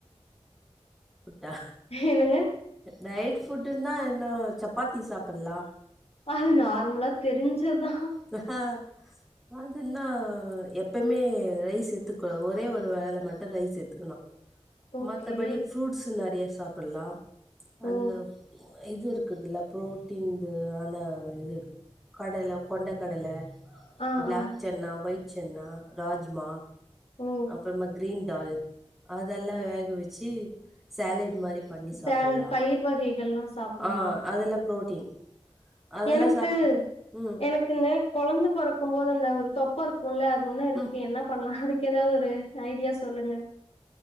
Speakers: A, in the centre; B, on the left.
A: ஃபுட்டா
B: என்னங்க?
A: டயட் ஃபுட்டுன்னா என்ன சப்பாத்தி சாப்பில்லா
B: அது நார்மலா தெரிஞ்சத்தா
A: சஹ அதன்னா எப்பம்மே ரைஸ் சேத்துக்கொள்ள ஒரே ஒரு வேல மட்டு ரைஸ் சேத்துக்கணு
B: ஓகே.
A: மத்தபடி ஃப்ரூட்ஸ் நெறைய சாப்புட்லா
B: ஓ!
A: அந்த இது இருக்குதுல புரோட்டீன்து ஆன இது கடல கொண்ட கடல
B: ஆ,
A: பிளாக்
B: ஆ.
A: சென்னா ஒயிட் சென்னா ராஜ்மா
B: ஓ!
A: அப்றமா கிரீன் டால் அதெல்லா வேக வச்சி சலேட் மாரி பண்ணி சாப்பில்லா
B: சாலட் பயிர் வகைகள்லாம் சாப்பிடலாம்.
A: அ அதெல்ல புரோட்டீன் அதெல்லாம்
B: எனக்கு
A: சாப்ட்டு ம்
B: எனக் ஏங்க குழந்த பொறக்கும்போது அந்த ஒரு தொப்ப இருக்குல்ல அது இன்னு இருக்கு
A: ம்
B: என்ன பண்லா அது இங்கு ஏதா ஒரு ஐடியா சொல்லுங்க